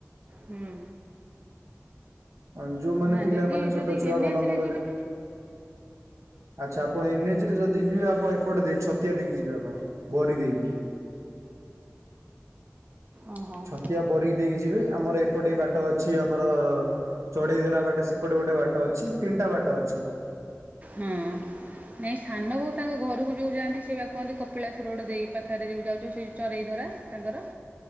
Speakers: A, on the right; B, on the right.
A: ହୁଁ
B: ଯୋଉମାନେ
A: ନା
B: ପିଲାମାନେ
A: ଯଦି
B: ଛୋଟ
A: ଯଦି
B: ଛୁଆ
A: ଏନ୍ଏଚ
B: ଭଲ ମନ୍ଦ
A: ରେ ଯିବେ
B: ଆଚ୍ଛା ଆପଣ ଏନ୍ଏଚ ରେ ଯଦି ଯିବେ ଆପଣ ଏପଟେ ଦେଇ ଛତିଆ ଦେଇକି ଯିବେ ଆପଣ ବରି ଦେଇକି।
A: ଓହୋ
B: ଛତିଆ ବରିକି ଦେଇକି ଯିବେ ଆମର ଏପଟେ ବାଟ ଅଛି ଆମର ଚଢେଇ ଧରା ବାଟ ସେପଟେ ଗୋଟେ ବାଟ ଅଛି ତିନିଟା ବାଟ ଅଛି।
A: ହଁ ନାଇଁ ସାନ ବୋଉ ତାଙ୍କ ଘରକୁ ଯାଉ ଯାଆନ୍ତି ସେଏ ବା କୁହନ୍ତି କପିଳାସ ରୋଡ ଦେଇ ପାଖରେ ଯଉଁ ଯାଉଛ ସେ ଚରଇ ଧରା ତାଙ୍କର।